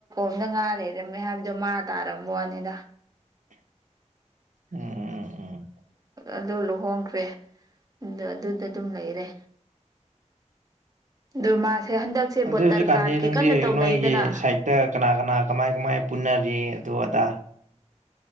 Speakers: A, on the right; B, on the right.
A: ꯑꯝꯗ ꯉꯥ ꯂꯩꯔꯝꯃꯦ ꯍꯥꯏꯕꯗꯣ ꯃꯥ ꯇꯥꯔꯝꯝꯕ ꯋꯥꯅꯤꯗ
B: ꯎꯝ ꯎꯝ
A: ꯑꯗꯨ ꯂꯨꯍꯣꯡꯈ꯭ꯔꯦ ꯑꯗꯨꯗ ꯑꯗꯨꯝ ꯂꯩꯔꯦ ꯑꯗꯨ ꯃꯥꯁꯦ ꯍꯟꯗꯛꯁꯦ
B: ꯑꯗꯨ
A: ꯚꯣꯇꯔ
B: ꯍꯧꯖꯤꯛꯀꯥꯟꯗꯤ
A: ꯀꯥꯔꯠꯀꯤ
B: ꯅꯪꯗꯤ
A: ꯀꯟꯅ ꯇꯧꯅꯕꯤꯗꯅ
B: ꯅꯣꯏꯒꯤ ꯁꯥꯏꯠꯇ ꯀꯅꯥ ꯀꯅꯥ ꯀꯃꯥꯏ ꯀꯃꯥꯏ ꯄꯨꯟꯅꯔꯤ ꯑꯗꯨ ꯑꯗꯥ